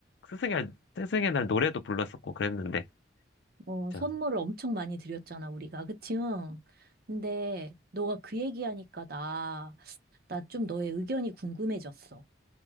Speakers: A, on the left (about 70°); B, on the right (about 55°).
A: 스승의 스승의 날 노래도 불렀었고 그랬는데
B: 어,
A: 진짜.
B: 선물을 엄청 많이 드렸잖아, 우리가. 그치? 응. 근데 너가 그 얘기하니까 나, 나 좀 너의 의견이 궁금해졌어.